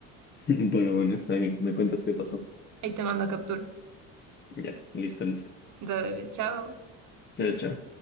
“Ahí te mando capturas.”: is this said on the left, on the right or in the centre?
Right